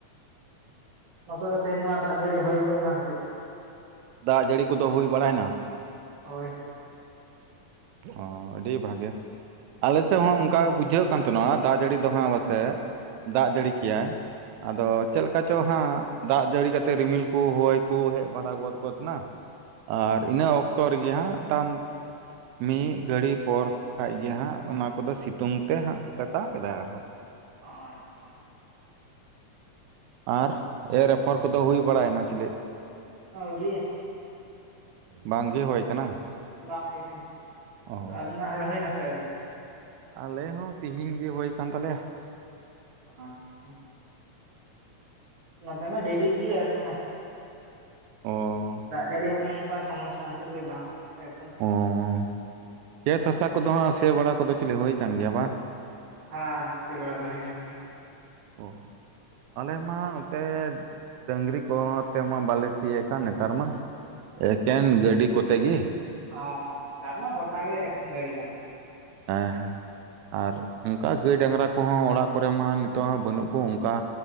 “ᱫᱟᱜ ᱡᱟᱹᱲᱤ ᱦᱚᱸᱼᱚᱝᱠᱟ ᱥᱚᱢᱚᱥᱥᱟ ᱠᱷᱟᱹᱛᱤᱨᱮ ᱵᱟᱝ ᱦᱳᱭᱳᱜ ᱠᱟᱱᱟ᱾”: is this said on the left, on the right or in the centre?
Right